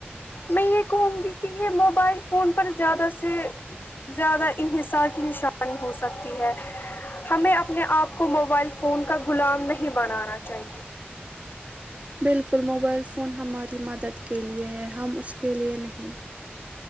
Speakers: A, on the left; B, on the right.
A: میں یہ کہوں گی کہ یہ موبائل فون پر زیادہ سے زیادہ انحصار کی نشانی ہو سکتی ہے ہمیں اپنے آپ کو موبائل فون کا غلام نہیں بنانا چاہیے
B: بالکل موبائل فون ہماری مدد کے لیئے ہے ہم اس کے لیے نہیں